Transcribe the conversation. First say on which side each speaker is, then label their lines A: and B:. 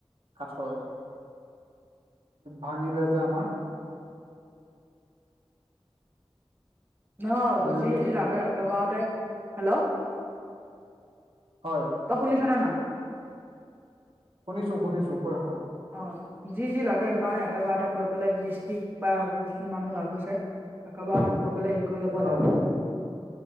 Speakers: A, on the right (about 65°); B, on the right (about 20°).
A: কাঠৰ, ভাঙিলে যে আমাৰ।
B: অ'
A: বুজিলি
B: যি যি লাগে একেবাৰতে, হেল্ল'।
A: হয়।
B: তই শুনিছ নে নাই।
A: শুনিছোঁ শুনিছোঁ, কৈ থাকক।
B: অ' যি যি লাগে সেইকাৰণে একেবাৰেতে কৈ পেলাই, মিস্ত্ৰীক বা যোন মানুহ লাগিছে একেবাৰতে কৈ পেলাই হেৰি কৰি ল'ব
A: হয়
B: লাগে।